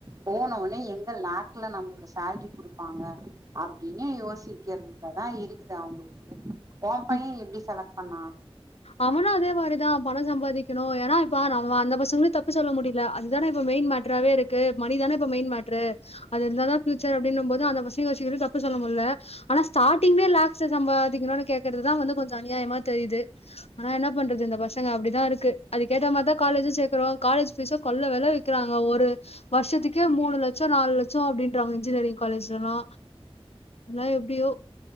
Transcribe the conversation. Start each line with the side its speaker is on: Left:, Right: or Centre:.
Right: போன ஓனே எங்க லேக்ல நம்மளுக்கு சேல்ரி குடு ப்பாங்க அப்டின்னு யோசிக்கிறதுலதா இருக்குது அவுங்களுக்கு ஓ பையே
Left: ம்
Right: எப்டி செலக்ட் பண்ணா
Left: அவனு அதே மாரிதா பணோ சம்பாதிக்கணு ஏனா இப்ப நம் அந்த பசங்களு தப் இப்ப சொல்ல முடியல அதுதான இப்ப மெயின் மேட்ராவே இருக்கு மணிதான இப்ப மெயின் மேட்ரு அது இருந்தா தா பியூச்சர் அப்டினும்போது அந்த <unintelligible> தப்பு சொல்ல முல்ல ஆனா ஸ்டாடிங்லே லாஸ்ட்ல சம்பாதிக்கணுனு கேக்கறதுதா வந்து கொஞ்ச அநியாயமா தெரிய்து நா என்ன பண்றது இந்த பசங்க அப்டிதா இருக்கு அதுக்கேத்த மாரி தா காலேஜும் சேக்கறோ காலேஜ் ஃபீஸ்ஸ கொள்ள வெல விக்கிறாங்க ஒரு வருஷத்துக்கே மூணு லட்சம் நாலு லட்சம் அப்டின்றாங்க இன்ஜினியரிங் காலேஜ்லல்லா நா எப்டியோ